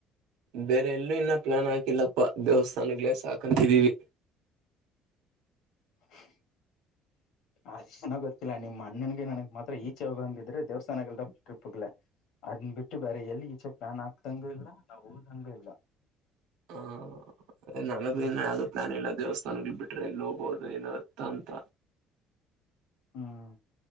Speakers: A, on the right; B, on the left.
A: ಬೇರೆ ಎಲ್ಲೂ ಇನ್ನ ಪ್ಲಾನ್ ಆಕಿಲ್ಲಪ್ಪಾ ದೇವಸ್ಥಾನಗಳೇ ಸಾಕಂತಿದೀವಿ.
B: <unintelligible> ಅ ಚೆನ್ನಾಗ ಗೊತ್ತಿಲ್ಲ ನಿಮ್ಮ ಅಣ್ಣನಗೆ ನನಗ ಮಾತ್ರ ಈಚೆ ಹೋಗಂಗ ಇದ್ರೆ ದೇವಸ್ಥಾನಗಳ ಟ್ರಿಪ್ಗ್ಗಳ ಅದನ್ನ ಬಿಟ್ಟು ಬೇರೆ ಎಲ್ಲಿ ಈಚ ಪ್ಲಾನ್ ಹಾಕಾಂಗು ಇಲ್ಲಾ ನಾವು ಹೋದ್ದಂಗೂ ಇಲ್ಲ.
A: ಹಾ ನನ್ನ
B: ಹ್ಮ್
A: ದು ಅದು ನಾನ ಇಲ್ಲಾ ದೇವಸ್ಥಾನಗ ಬಿಟ್ರೆ ಎಲ್ಲಿ ಹೋಗೋದು ಏನತ್ತ ಅಂತ
B: ಹ್ಮ.